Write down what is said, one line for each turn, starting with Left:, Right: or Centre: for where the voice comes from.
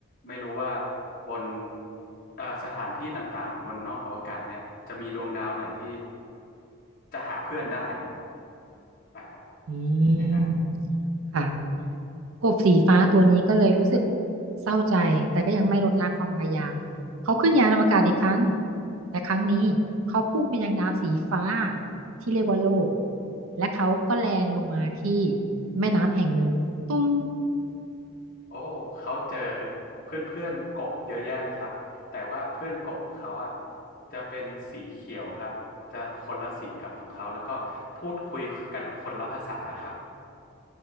Left: ไม่รู้ว่าบนเอ่อสถานที่ต่างๆบนนอกอวกาศเนี่ยจะมีดวงดาวไหนที่จะหาเพื่อนได้ครับอ่า
Right: อื
Left: อย่างนั้นเลย
Right: มค่ะกบสีฟ้าตัวนี้ก็เลยรู้สึกเศร้าใจแต่ก็ยังไม่ลดละความพยายามเขาขึ้นยานอวกาศอีกครั้งแต่ครั้งนี้เขาพุ่งไปยังดาวสีฟ้าที่เรียกว่าโลกและเขาก็แลนลงมาที่แม่น้ำแห่งหนึ่งตุ้ม
Left: โอ้เขาเจอเพื่อนๆกบเยอะแยะเลยครับแต่ว่าเพื่อนกบของเขาอ่ะจะเป็นสีเขียวครับจะคนละสีกับของเขาแล้วก็พูดคุยกันคนละภาษาครับ